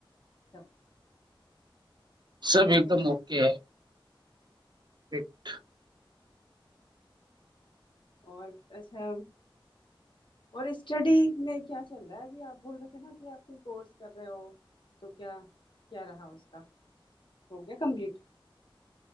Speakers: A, on the left; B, on the right.
A: سب <inaudible>
B: سب
A: ٹھیک
B: ایک
A: ہے
B: دم اک ہے ایک <inaudible>
A: اور اچھا اور اسٹڈی میں کیا چل رہا ہے ابھی آپ بول رہے تھے نا کہ آپ کوئی کورس کر رہے ہو تو کیا کیا رہا اس کا ہو گیا کمپلیٹ